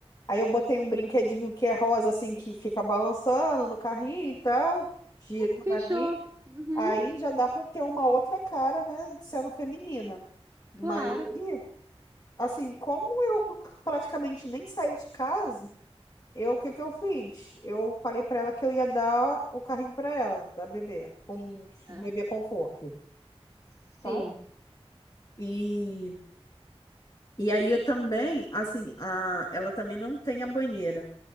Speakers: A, on the left; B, on the right.
A: Aí eu botei um brinquedinho que é rosa, assim, que fica balançando no carrinho e tal, girando
B: fechou.
A: ali.
B: Uhum,
A: Aí já dá para ter uma outra cara, né, sendo feminina. Mas
B: claro.
A: aí, assim, como eu praticamente nem saí de casa, eu, o que que eu fiz? Eu falei para ela que eu ia dar o carrinho para ela, da bebê, com
B: Ah,
A: um bebê conforto,
B: Sim.
A: tá? E, e aí eu também, assim, a, ela também não tem a banheira.